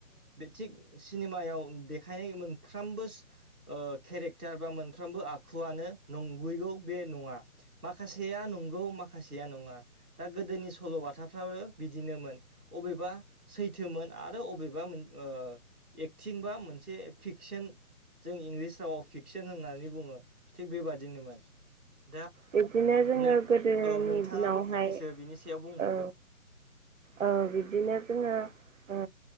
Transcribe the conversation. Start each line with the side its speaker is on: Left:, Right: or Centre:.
Centre: बे थिग सिनेमायाव देखायनाय मोनफ्रोमबो सु ओ केरेक्टार बा मोनफ्रोमबो आखुआनो नंगैगौ बे नङा। माखासेया नंगौ माखासेया नङा दा गोदोनि सल'बाथाफ्राबो बिदिनोमोन। अबेबा सैथोमोन आरो अबेबा मोन ओ एक्टिं बा मोनसे फिकसन जों इंलिस रावाव फिकसन होननानै बुङो थिग बेबादिनोमोन। दा
Right: बिबदिनो जोङो
Centre: नों
Right: गोदोनि
Centre: औ नोंथाङाबो
Right: दिनावहाय
Centre: फंनैसो बिनि सायाव बुंबावदो
Right: ओ औ बिबदिनो जोङो ओ